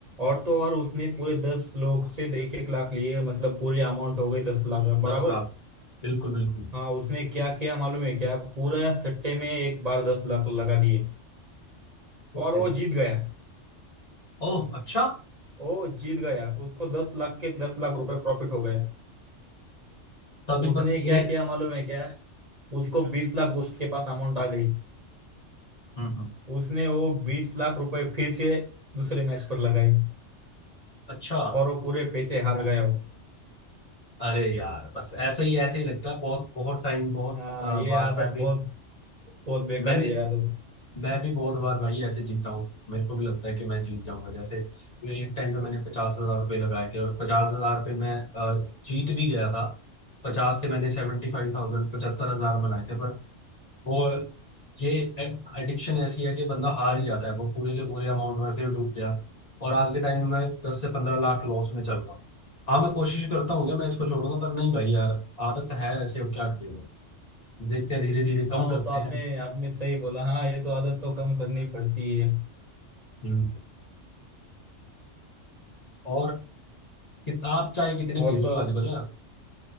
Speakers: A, on the right; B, on the left.
A: और तो और उसने पूरे दस लोग से एक एक लाख लिए मतलब पूरी अमाउंट हो गई दस लाख बराबर
B: दस लाख बिल्कुल बिल्कुल
A: हाँ उसने क्या किया मालूम है क्या पूरा सट्टे में एक बार दस लाख लगा दिए
B: वो
A: और
B: तेरी
A: वो जीत गया
B: ओह अच्छा
A: वो जीत गया उसको दस लाख के दस लाख रुपए प्रॉफिट हो गए
B: तभी
A: उसने
B: बस ये
A: क्या किया मालूम है क्या उसको बीस लाख उसके पास अमाउंट आ गई
B: हम्म हम्म।
A: उसने वो बीस लाख रुपए फिर से दूसरे मैच पर लगाई
B: अच्छा
A: और वो पूरे पैसे हार गया वो
B: अरे यार बस ऐसे ही ऐसे ही लगता है बहुत बहुत टाइम बहुत
A: हाँ
B: अ,
A: ये
B: बार
A: आदत
B: मैं भी
A: बहुत बहुत बेकार
B: मैंने
A: है ये आदत
B: मैं भी बहुत बार भाई ऐसे जीता हूँ मेरे को भी लगता है कि मैं जीत जाऊंगा जैसे मैं एक टाइम पे मैंने पचास हजार रुपये लगाए थे और पचास हजार पे मैं अ, जीत भी गया था पचास के मैंने सेवेंटी फाइव थाउजेंड पचहत्तर हजार बनाए थे पर वो ये एडिक्शन ऐसी है कि बंदा हार ही जाता है वो पूरे के पूरे अमाउंट में फिर डूब गया और आज के टाइम में मैं दस से पंद्रह लाख लॉस में चल रहा हूँ हाँ मैं कोशिश करता हूँ कि मैं इसको छोड़ूंगा पर नहीं भाई यार आदत है ऐसे अब क्या करिएगा देखते हैं धीरे धीरे कम
A: हाँ
B: करते
A: वो तो आपने
B: हैं
A: आपने सही बोला हाँ ये तो आदत तो कम करनी पड़ती है
B: हम्म। और किताब चाहे कितनी
A: और
B: पी रहे
A: तो
B: हो आजकल हाँ?